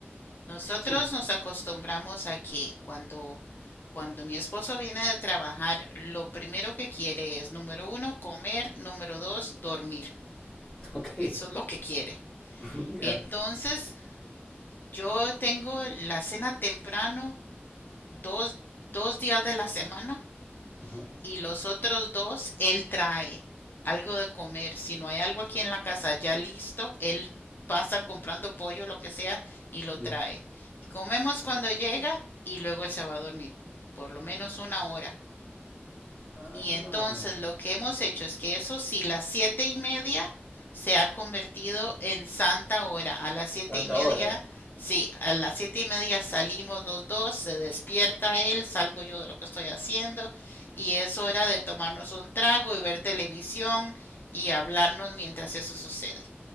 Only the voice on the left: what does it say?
Nosotros
nos acostumbramos a que cuando, cuando mi esposo viene de trabajar, lo primero que quiere es, número uno, comer, número dos, dormir.
Eso es lo que quiere.
Entonces, yo tengo la cena temprano dos, dos días de la semana
y los otros dos él trae algo de comer. Si no hay algo aquí en la casa ya listo, él pasa comprando pollo, lo que sea, y lo
trae. Y comemos cuando llega y luego él se va a dormir, por lo menos una hora.
Y entonces lo que hemos hecho es que eso sí, las siete y media se ha convertido en santa hora. A las siete
y media,
sí, a las siete y media salimos los dos, se despierta él, salgo yo de lo que estoy haciendo y es hora de tomarnos un trago y ver televisión y hablarnos mientras eso sucede